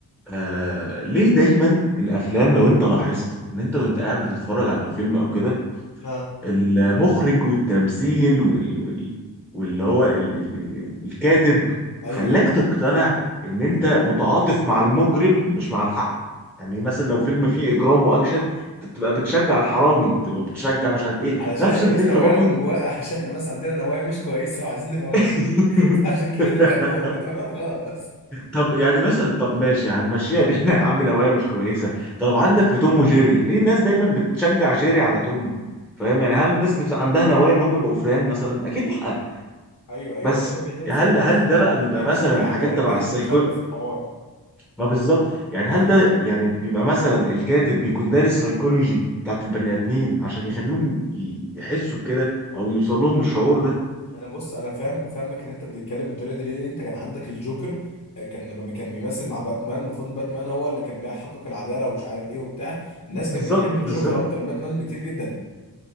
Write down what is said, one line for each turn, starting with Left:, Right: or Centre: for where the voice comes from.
Centre: آه ليه دايما الافلام لو انت لاحظت ان انت وانت قاعد بتتفرج على الفيلم او كده
Left: ها
Centre: المخرج والتمثيل وال وال واللي هو ال ال ال ال- الكاتب
Left: ايوه
Centre: خلاك
Left: ايوه
Centre: تقتنع ان انت متعاطف مع المجرم مش مع الحق يعني مثلا لو فيلم فيه اجرام واكشن تبقى بتشجع الحرامي تبقى بتشجع مش عارف ايه
Left: علشان
Centre: نفس
Left: احنا
Centre: الفكره
Left: بس نوايانا
Centre: برضو
Left: من جوا عشان احنا بس عندنا نوايا مش كويسه وعايزين نبقى مجرمين
Centre: <laughs>
Left: <laughs> فعشان كده بنحبهم <laughs> تمام غلط
Centre: طب يعني مثلا طب ماشي هنمشيها دي <laughs> احنا يا عم نوايا مش كويسه طب عندك في توم وجيري ليه الناس دايما بتشجع جيري على توم فاهم يعني هل الناس نفس عندها نوايا ان هم يبقوا فران مثلا اكيد لا
Left: ايوه ايوه
Centre: بس
Left: هو دايما بيحس
Centre: هل
Left: ان هو عايز
Centre: هل ده بقى بيبقى
Left: عايز
Centre: مثلا
Left: يشجع
Centre: حاجات
Left: اللي هو الجانب
Centre: تبع السايكو
Left: الشر في الحوار
Centre: ما بالظبط يعني هل
Left: ايوه
Centre: ده يعني بيبقى مثلا الكاتب بيكون دارس سايكولوجي بتاعت البني ادمين عشان يخليهم ي- يحسوا بكده او يوصل لهم الشعور ده
Left: انا بص انا فاهم فاهمك ان انت بتتكلم بالطريقه دي ليه انت كان عندك الجوكر آه، كان لما بي- كان بيمثل مع باتمان المفروض إن باتمان هو اللي كان بيحقق العداله ومش عارف ايه وبتاع الناس كانت
Centre: بالظبط
Left: بتحب الجوكر
Centre: بالظبط
Left: اكتر من باتمان بكتير جدا